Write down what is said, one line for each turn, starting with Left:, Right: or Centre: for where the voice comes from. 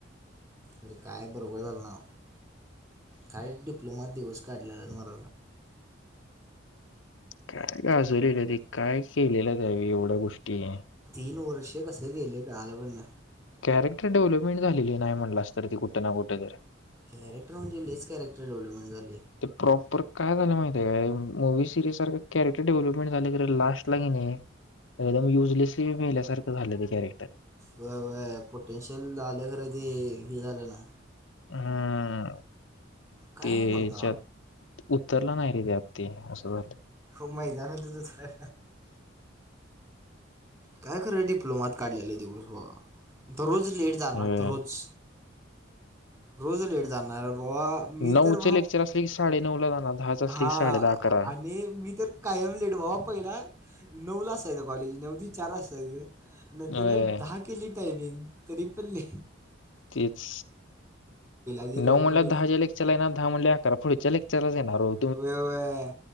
Right: अरे काय बरोबर झालं ना हो काय डिप्लोमा दिवस काढलेल मर
Left: काय गाजवलेलं काय केलेलं त्यावेळी एवढ्या गोष्टी.
Right: पूर्ण वर्ष कसं गेले गाल बघ ना.
Left: कॅरेक्टर डेव्हलपमेंट झालेली नाही म्हणलास तरी ती कुठं ना कुठे तरी
Right: कॅरेटर म्हणजे लीईच कॅरेटर डेव्हपमेंट झाले.
Left: ते प्रॉपर काय झालं माहितीय का मूवी सिरीिज सारखं कॅरेक्टर डेव्हलपमेंट झालं कि लास्ट ला का नाही एकदम युजलेसली मेल्यासारखं झालं ते कॅरेक्टर.
Right: व पोटेनशियल आलं खरं ते हे झालं ना
Left: हम्म
Right: काय
Left: तेच्यात
Right: मर्दा
Left: उतरला नाही रे व्याप ते असं झालं.
Right: खूप मैदान होत दुसर काय खरं डिप्लोमात काढलेले दिवस दररोज लेट झाला
Left: हम्म
Right: तर रोज रोज उशिरा जाणार, मी
Left: नऊचे
Right: तर
Left: लेक्चर असले की साडे नऊ ला जाणार दहाच असले
Right: हा,
Left: की साडे दहा अकरा
Right: आणि मी तर कायम लेट व पहिला नऊला असायच कॉलेज नऊला चार वाजता नंतर
Left: होय
Right: दहा केली टायमिंग तरीपल्ली
Left: तेच
Right: ती रोहन
Left: नऊ म्हणले,
Right: पाटील
Left: दहा च्या लेक्चरला येणार दहा म्हणले अकरा पुढच्या लेक्चरला येणार ओ
Right: होय- होय,